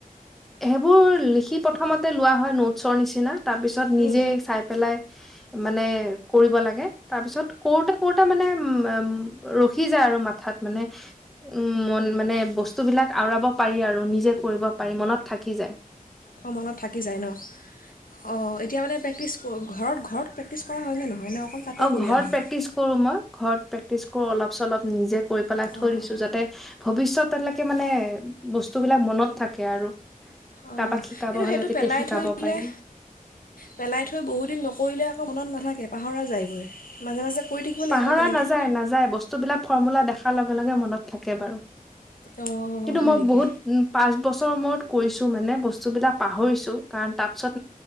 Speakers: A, in the centre; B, on the left.
A: সেইবোৰ লিখি প্ৰথমতে লোৱা হয় নোটছৰ নিচিনা তাৰপিছত নিজে
B: উম,
A: চাই পেলাই মানে কৰিব লাগে তাৰ পিছত কৰোতে কৰোতে মানে উ ৰখি যায় আৰু মাথাত মানে উম মন মানে বস্তুবিলাক আওৰাব পাৰি আৰু নিজে কৰিব পাৰি মনত থাকি যায়
B: অ মনত থাকি যায় ন অ এতিয়া মানে প্ৰেক্টিচ কৰোঁ। ঘৰত ঘৰত প্ৰেক্টিছ কৰা হয় নে নহয় নে অকল তাতেই
A: অ
B: কৰি
A: ঘৰত
B: অহা
A: প্ৰেক্টিচ
B: হয়
A: কৰো মই ঘৰত পেক পিচকো অলপ চলপ নিজে কৰি পেলাই থৈ
B: অ',
A: দিছো যাতে ভৱিষ্যতেলেক মানে বস্তুবিলাক মনত থাকে আৰু
B: অ
A: কাৰোবাক শিকাব
B: কিন্তু
A: হলে
B: সেইটো
A: তেতিয়া
B: পেলাই
A: শিকাব
B: থৈ দিলেহ
A: পাৰিম
B: পেলাই থৈ বহুদিন নকৰিলে আকৌ মনত নাথাকে পাহৰা যায়গৈ। মাজে মাজে কৰি থাকিব লাগিব
A: পাহৰা
B: তেনেকৈ
A: নাযায় নাযায় বস্তুবলাক ফৰ্মলা দেখা লাগা লগে লগে মনত থাকে বাৰু
B: অঁ
A: কিন্তু
B: হয়
A: মই
B: নেকি
A: বহুত উ পাঁচ বছৰ মূৰত কৰিছোঁ মানে বস্তু বস্তুবিলাক পাহৰিছোঁ কাৰণ তাচত